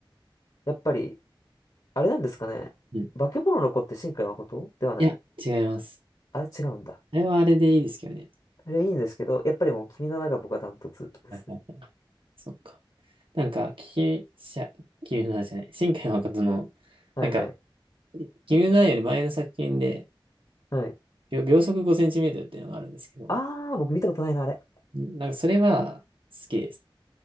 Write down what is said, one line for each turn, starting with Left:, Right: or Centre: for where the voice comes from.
Left: やっぱり、あれなんですかね。
Right: うん
Left: 化け物の子って新海誠ではない。
Right: いや、違います。
Left: あれ違うんだ。
Right: あれはあれでいいですけどね。
Left: あれいいんですけど、やっぱりもう君の名が僕はダントツですね。
Right: はいはいはい。そっか。なんか、聞き、しゃ、君の名じゃない。新海誠の、
Left: はいはい。
Right: なんか、君の名より前の作品で、
Left: はい。
Right: 秒、秒速5センチメートルっていうのがあるんですけど、
Left: あー、僕見たことないな、あれ。
Right: んなんか、それは好きです。